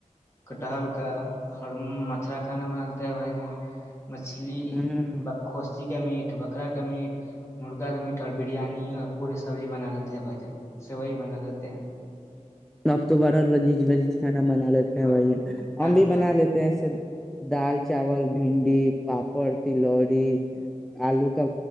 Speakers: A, on the left; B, in the centre.
A: کٹہل کا اور مچھرا کھانا بنا دیتے ہے بھائی جان مچھلی
B: ہوں
A: بخوسی کا میٹ بکا کا میٹ مرغا کا میٹ بریانی اور پورے سبزی بناال بھائی ج سے وہی بنا لیتے ہیں
B: نفت وبرہ لذیذ لذیذ کھانا بنا لیتے
A: جی
B: ہیں بھائی
A: بھائی
B: ہم بھی بنا لیتے ہیں ایسے دال چاول بھنڈی پاپڑ تلوڑی آلو کا